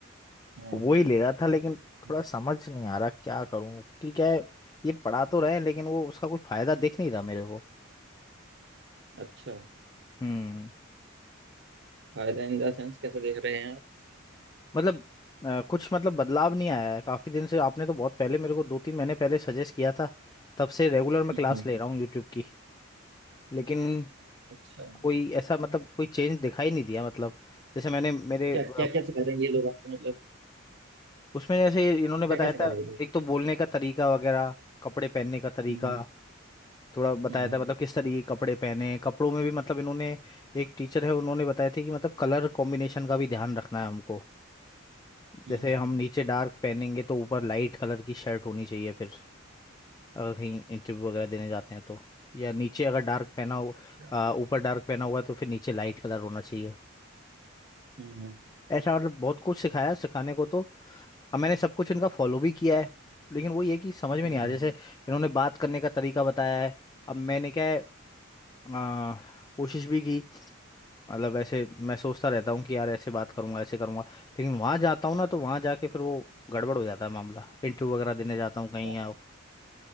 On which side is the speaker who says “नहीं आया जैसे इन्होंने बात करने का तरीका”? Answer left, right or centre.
Left